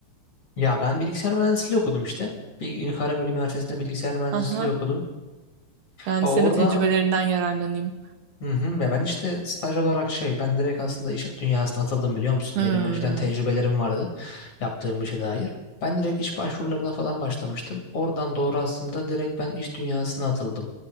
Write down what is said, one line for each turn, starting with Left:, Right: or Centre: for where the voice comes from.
Left: Ya ben bilgisayar mühendisliği okudum işte. Bil Karabük Üniversitesi'nde bilgisayar mühendisliği
Right: Aha.
Left: okudum.
Right: Yani
Left: Ha,
Right: senin
Left: orada
Right: de tecrübelerinden yararlanayım.
Left: Hı hı. Ya ben işte staj olarak şey ben direkt aslında iş dünyasına atıldım biliyor musun?
Right: Hmm.
Left: Benim önceden tecrübelerim vardı yaptığım işe dair. Ben direkt iş başvurularına falan başlamıştım. Oradan doğru aslında direkt ben iş dünyasına atıldım.